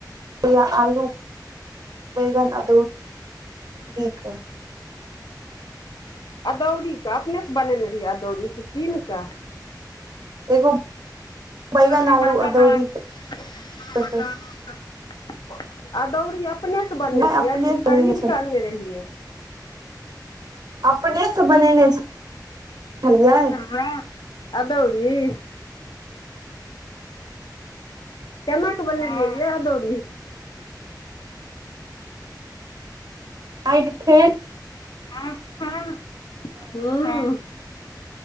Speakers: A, on the right; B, on the left.
A: या आलू। बैंगन अदौरी कि।
B: अदौरी कऽ अपने से बनेने रहियै अदौरी कऽ कीन क
A: एगो। बैगन
B: बब ने ब <unintelligible>
A: आलू अदौरी के
B: अदौरी अपने सँ बनेलियै
A: नहि अपने
B: कि
A: से
B: खरीद
A: बनेने छल
B: कऽ अनने रहियै?
A: अपने, सँ बनेने छझलियै।
B: वहा। अदौरी? केनाकऽ बन यै अदौरी?
A: ह, फेर <unintelligible>
B: हूँ, हूँ।